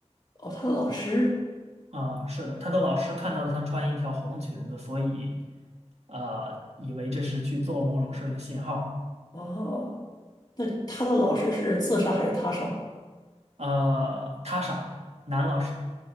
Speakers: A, on the left; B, on the right.
A: 哦，他的老师，
B: 啊，是的，他的老师看到了他穿一条红裙子，所以呃，以为这是去做某种事儿的信号。
A: 哦，那他的老师是自杀还是他杀？
B: 呃，他傻，男老师